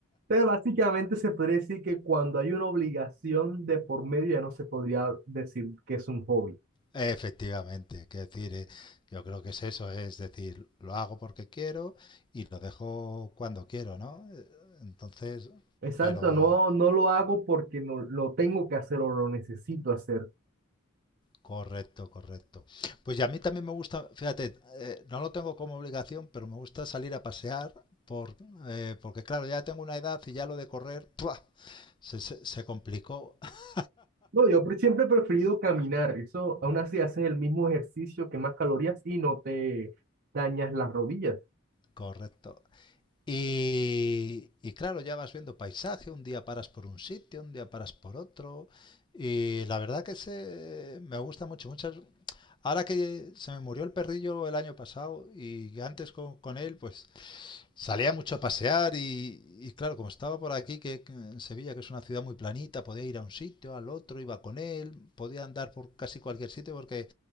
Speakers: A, on the right; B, on the left.
A: Entonces, básicamente se podría decir que cuando hay una obligación de por medio ya no se podría decir que es un hobby.
B: Efectivamente, que decir, eh, yo creo que es eso, es decir, lo hago porque quiero y lo dejo cuando quiero, ¿no? Eh, Entonces,
A: Exacto,
B: pero
A: no, no lo hago porque no, lo tengo que hacer o lo necesito hacer.
B: correcto, correcto. Pues ya a mí también me gusta, fíjate, eh, no lo tengo como obligación, pero me gusta salir a pasear por, eh, porque claro, ya tengo una edad y ya lo de correr, ¡pua! se, se se complicó. <laughs>
A: No, yo pre- siempre he preferido caminar. Eso, aún así, haces el mismo ejercicio que más calorías y no te dañas las rodillas.
B: Correcto. Y, y claro, ya vas viendo paisaje, un día paras por un sitio, un día paras por otro. Y la verdad que se, me gusta mucho. Muchas, ahora que se me murió el perrillo el año pasado y antes con, con él, pues salía mucho a pasear y, y claro, como estaba por aquí, que que en Sevilla, que es una ciudad muy planita, podía ir a un sitio, al otro, iba con él, podía andar por casi cualquier sitio porque